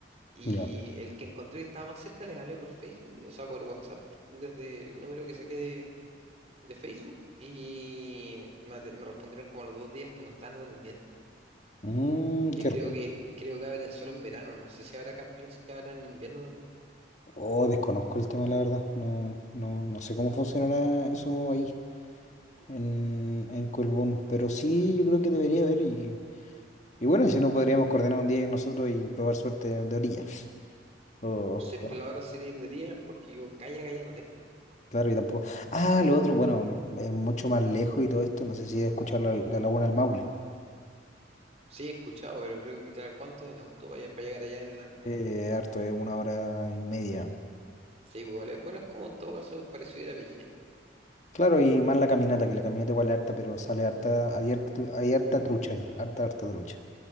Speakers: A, on the right; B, on the left.
A: Y
B: Ya.
A: el que encontré que estaba más cerca, les hablé por Facebook, o sea, por WhatsApp, desde el número que saqué de Facebook y me, ate- me respondieron como a los dos días que no están atendiendo.
B: Mm,
A: Que
B: qué
A: creo
B: rico.
A: que creo que abren solo en verano. No sé si habrá campings que abran en invierno también.
B: Oh, desconozco el tema, la verdad. No, no, no sé cómo funcionará eso ahí. en, en Colbún. Pero sí, yo creo que debería haber. Y, y bueno, si no, podríamos coordinar un día nosotros y probar suerte de orilla. O,
A: No sé, pues
B: o-
A: la hora sería ir de día porque yo calla, calla no tengo.
B: claro, y tampoco. Ah, lo otro, bueno, no- es mucho más lejos y todo esto. No sé si he escuchado la, la Laguna del Maule.
A: Sí, he escuchado, pero creo que, claro, ¿cuánto es en auto para, para llegar allá desde Talca?
B: Eh, harto, es una hora y media.
A: Sí, pues vale. Bueno, es como en todo caso es parecido ir a Pellines.
B: Claro, y más la caminata, que la caminata igual es harta, pero sale harta, hay harta, hay harta trucha ahí, harta, harta trucha.